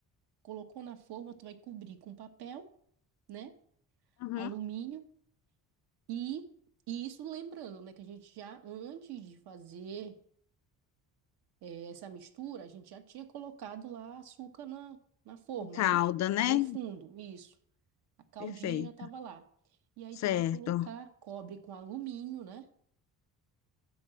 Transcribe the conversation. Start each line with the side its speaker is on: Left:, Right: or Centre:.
Right: Colocou na forma, tu vai cobrir com papel, né?
Left: uhum.
Right: Alumínio e E isso lembrando, né, que a gente já, antes de fazer essa mistura, a gente já tinha colocado lá açúcar na, na forma,
Left: O Calda,
Right: né?
Left: né?
Right: Lá no fundo, isso. A caldinha
Left: Perfeito.
Right: já estava lá. E aí tu
Left: Certo.
Right: vai colocar, cobre com alumínio, né?